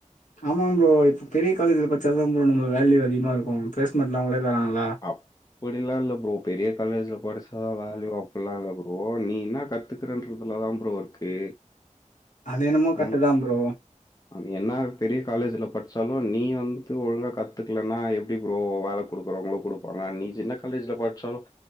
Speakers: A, on the left; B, on the left.
A: ஆமா ப்ரோ இப்போ பெரிய காலேஜ்ல பச்சா தா ப்ரோ நம்மள வேல்யூ அதிகமா இருக்கு பிளேஸ்மென்ட்லா அவுங்களே தராங்கள
B: அப்டிலா இல்ல ப்ரோ பெரிய காலேஜ்ல படிச்சாதா வேல்யூ அப்டில்லா இல்ல ப்ரோ நீ என்னா கத் கத்துக்கறன்றதுல தா புரோ இருக்கு
A: அது என்னமோ கட்டுதா
B: உன்
A: ப்ரோ
B: அது என்னா பெரிய காலேஜ்ல படிச்சாலு நீ வந்து ஒழுங்கா கத்துக்கலன்னா எப்டி ப்ரோ வேல குடுக்குறவங்களு குடுப்பாங்க நீ சின்ன காலேஜ்ல படிச்சாலு